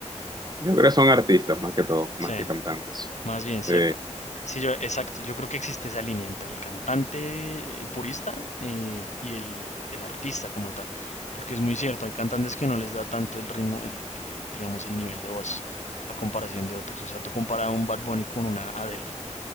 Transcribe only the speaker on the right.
yo creo que son artistas más que todo,
más que cantantes.
Sí,